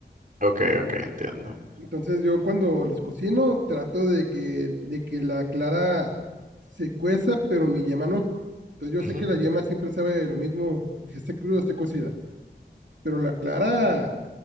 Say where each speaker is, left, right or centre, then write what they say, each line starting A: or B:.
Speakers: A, on the right (about 50°); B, on the right (about 85°).
A: ok, ok, entiendo.
B: Entonces yo cuando los cocino trato de que, de que la clara se cueza, pero mi yema no. Entonces yo
A: Ujú.
B: sé que la yema siempre sabe lo mismo que esté cruda, esté cocida, pero la clara